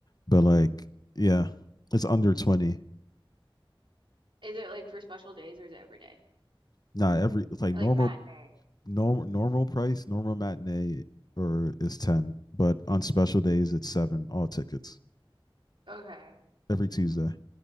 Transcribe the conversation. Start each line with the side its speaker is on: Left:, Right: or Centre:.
Left: But like yeah, it's under twenty.
Right: Is it like for special days or is it every day?
Left: Not every it's like
Right: Or
Left: normal
Right: like matinee?
Left: normal normal price, normal matinee or is ten. But on special days it's seven, all tickets.
Right: Okay.
Left: Every Tuesday.